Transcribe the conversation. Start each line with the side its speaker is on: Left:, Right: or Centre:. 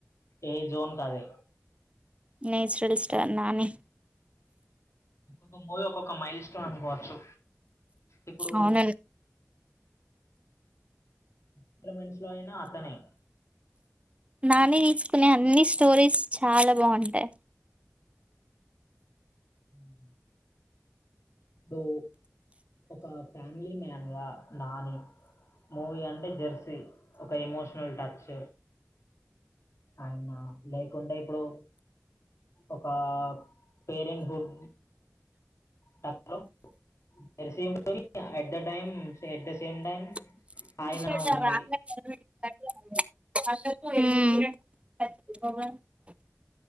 Left: ఏ జోన్ కదే
Right: నేచురల్ స్టార్ నాని.
Left: ఒక్కొక్క మూవీ, ఒక్కొక్క మైల్ స్టోన్. వచ్చు ఇప్పుడూ
Right: అవును
Left: <unintelligible> అయినా అతనే
Right: నాని తీసుకునే అన్ని స్టోరీస్ చాల బావుంటయి.
Left: అం ఇప్పుడూ ఒక ఫ్యామిలీ మ్యాన్ గా నాని, మూవీ అంటే జెర్సీ. ఒక ఎమోషనల్ టచ్. అండ్ లేకుంటే ఇప్పుడు ఒకా parenthood. That flow, Jersey movie at the time, at the same time
Right: <unintelligible>
Left: సాయిన ఉంటుంది
Right: మ్